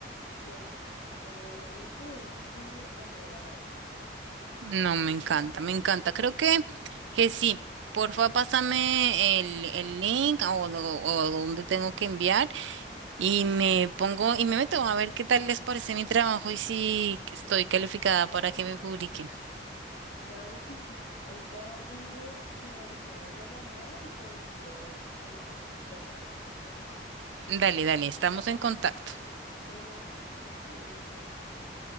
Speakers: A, on the left; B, on the right.
A: y así, pero de momento es puro amor al arte.
B: No, me encanta, me encanta. Creo que, que sí. Porfa, pásame el, el link o, lo- o dónde tengo que enviar y me pongo y me meto a ver qué tal les parece mi trabajo y si estoy calificada para que me publiquen.
A: Claro que sí. Ahorita déjame, finalizamos la llamada y te envío el correo. ¿Te parece?
B: Dale, dale, estamos en contacto.
A: Bueno, que estés bien. Chao, chao.